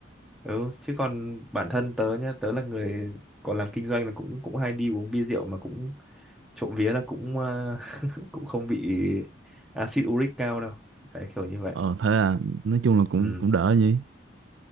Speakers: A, in the centre; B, on the right.
A: ừ chứ còn bản thân tớ nhá tớ là người còn làm kinh doanh là cũng cũng hay đi uống bia rượu mà cũng trộm vía là cũng ờ, <laughs> cũng không bị axit uric cao đâu đấy kiểu như vậy
B: ờ thế là nói chung là cũng
A: ừ.
B: cũng đỡ nhỉ